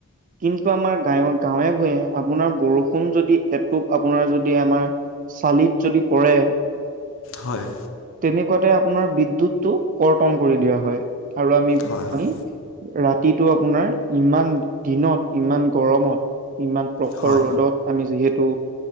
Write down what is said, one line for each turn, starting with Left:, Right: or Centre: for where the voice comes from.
Right: কিন্তু আমাৰ গাঁৱে গাঁৱে ভূঞে আপোনাৰ বৰষুণ যদি এটোপ আপোনাৰ যদি আমাৰ চালিত যদি পৰে
Left: হয়
Right: তেনেকুৱাতে আপোনাৰ বিদ্যুৎটো কৰ্তন কৰি দিয়া হয়, আৰু আমি
Left: হয় হয়
Right: আমি ৰাতিটো আপোনাৰ ইমান দিনত ইমান গৰমত ইমান প্ৰসৰ
Left: হয়
Right: ৰদত আমি যিহেতু